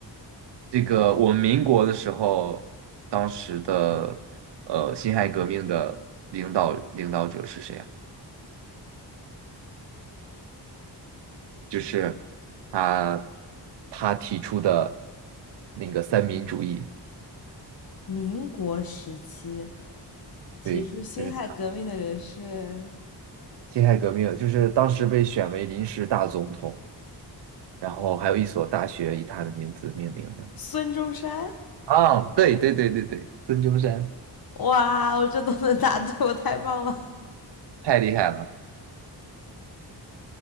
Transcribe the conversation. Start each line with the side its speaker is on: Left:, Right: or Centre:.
Right: 这个我们民国的时候，当时的呃辛亥革命的领导领导者是谁啊？就是他他提出的那个三民主义，
Left: 民国时期提出辛亥革命的人是
Right: 对，就是辛亥革命，就是当时被选为临时大总统，然后还有一所大学以他的名字命名的。
Left: 孙中山。
Right: 啊，对对对对对，孙中山，
Left: 哇，我这都能答对，我太棒了。
Right: 太厉害了，